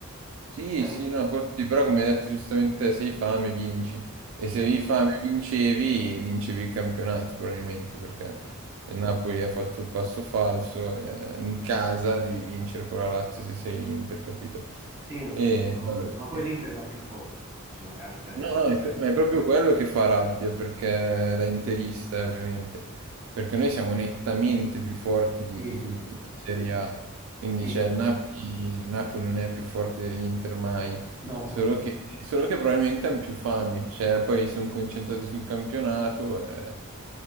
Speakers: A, on the right; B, on the right.
A: Sì,
B: Però,
A: sì, no, quello sì, però come hai detto giustamente, te, se hai fame vinci e
B: sì,
A: se avevi
B: sì,
A: fame vincevi, vincevi il campionato probabilmente perché
B: sì.
A: il Napoli ha fatto il passo falso e in casa devi vincere con la Lazio se sei l'Inter, capito?
B: Sì, no,
A: E
B: sono d'accordo.
A: vabbè. ok.
B: Ma poi l'Inter è la più forte sulla carta e
A: No,
B: anche
A: no,
B: in
A: il
B: genere.
A: tema è proprio quello che fa rabbia, perché da interista, eh, ovviamente, perché noi siamo nettamente più forti
B: Sì,
A: di, di tutti
B: sì,
A: in Serie A, quindi
B: sì,
A: c'è il
B: sì.
A: Napoli, il Napoli non è più forte dell'Inter mai,
B: No,
A: solo
B: no.
A: che, solo che probabilmente hanno più fame, cioè poi sono concentrati sul campionato, e...